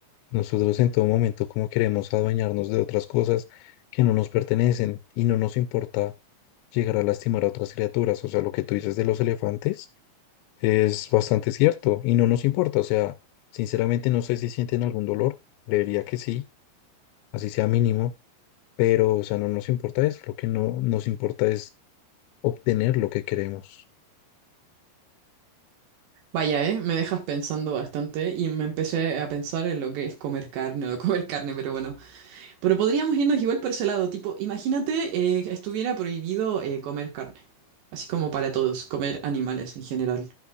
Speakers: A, on the left; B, on the right.
A: nosotros en todo momento como queremos adueñarnos de otras cosas que no nos pertenecen y no nos importa llegar a lastimar a otras criaturas, o sea, lo que tú dices de los elefantes es bastante cierto y no nos importa, o sea, sinceramente no sé si sienten algún dolor, creería que sí, así sea mínimo pero, o sea, no nos importa eso, lo que no nos importa es obtener lo que queremos.
B: Vaya, eh, me dejas pensando bastante y me empecé a pensar en lo que es comer carne o no comer carne, pero bueno, Pero podríamos irnos igual por ese lado, tipo, imagínate eh, que estuviera prohibido eh, comer carne, así como para todos, comer animales en general.